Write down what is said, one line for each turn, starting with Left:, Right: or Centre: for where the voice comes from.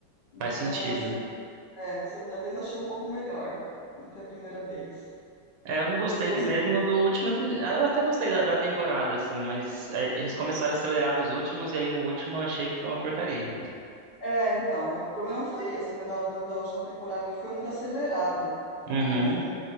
Left: Então,
Right: faz sentido.
Left: na segunda, é, na segunda vez eu achei um pouco melhor do que a primeira vez.
Right: É, eu não gostei
Left: Você gostou?
Right: mesmo do último episódio. Eu até gostei da, da temporada, assim, mas é, eles começaram
Left: Sim.
Right: a acelerar nos últimos, e aí o último eu achei que foi uma porcaria.
Left: É, então, o problema foi esse, né, da, da, da última temporada, que foi muito acelerado,
Right: Uhum.
Left: né, foi,